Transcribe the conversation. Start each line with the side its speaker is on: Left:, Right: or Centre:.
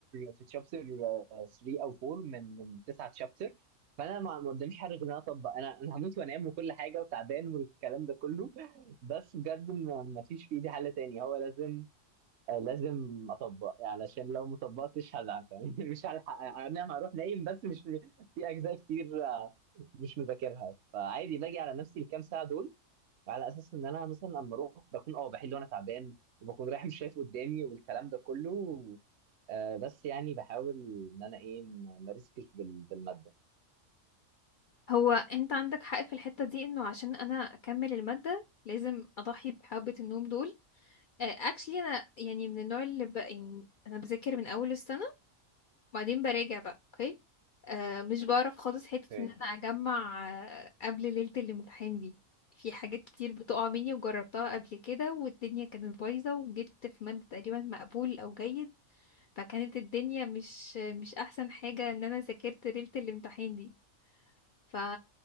Right: في تشابتر 3 او 4 من من تسعة تشابتر فانا ما ما قداميش حاجه غير ان انا اطبق انا انا هموت وانام وكل حاجه وتعبان والكلام ده كله بس بجد ما ما فيش في ايدي حل تاني هو لازم آه، لازم اطبق يعني عشان لو ما طبقتش هزعل فاهم؟ <laughs> مش هلحق يعني انا هروح نايم بس مش في اجزاء كتير آه، مش مذاكرها فعادي باجي على نفسي الكام ساعه دول على اساس ان انا مثلا اما اروح بكون اه بحل وانا تعبان وبكون رايح مش شايف قدامي والكلام ده كله آه بس يعني بحاول ان انا ايه ما ما ريسكش بال- بالماده
Left: هو انت عندك حق في الحتة دي انه عشان انا اكمل المادة لازم اضحي بحبة النوم دول اكشلي انا يعني من النوع اللي ب... يعني انا بذاكر من اول السنة وبعدين براجع بقى اوكي آه مش بعرف خالص حتة
Right: اوكي
Left: ان انا اجمع آه قبل ليلة الامتحان دي في حاجات كتير بتقع مني وجربتها قبل كده والدنيا كانت بايظة وجبت في مادة تقريبا مقبول او جيد فكانت الدنيا مش مش احسن حاجة ان انا ذاكرت ليلة الامتحان دي ف...